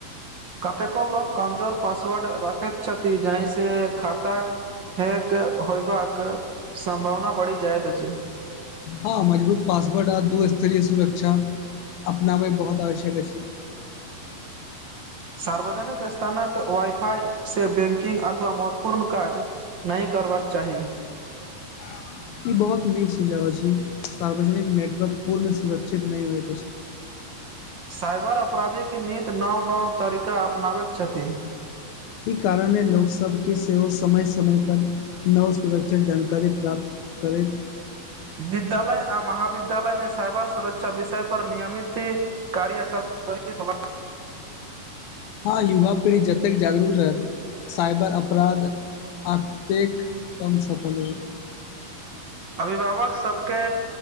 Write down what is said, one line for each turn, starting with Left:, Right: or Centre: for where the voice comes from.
Right: कतेको लोक कमजोर पासवर्ड रखैत छथि जाहि से खाता हैक होयबाके सम्भावना बढ़ि जाइत अछि
Left: हँ मजबूत पासवर्ड आ दूस्तरीय सुरक्षा अपनाबै बहुत आवश्यक अछि
Right: सार्वजनिक स्थानक वाइफई से बैंकिंग अथवा महत्वपूर्ण काज नहि करबाक चाही
Left: <inaudible> ई बहुत नीक सुजाव अछि सार्वजनिक नेटवर्क पूर्ण सुरक्षित नहि होइत अछि
Right: साइबर अपराधीके नीत नव नव तरीका अपनाबैत छथि
Left: ई कारण ह लोक सबके सेहो समय समय पर नव सुरक्षा जानकारी प्राप्त करीब
Right: विद्यालय आ महाविद्यालय मे साइबर सुरक्षा विषय पर नियमित ह कार्यशित ह
Left: हँ युवा पीढ़ी जतेक जागरूक रहत साइबर अपराध अतेक कम सफल होइ
Right: अभिभावक सब के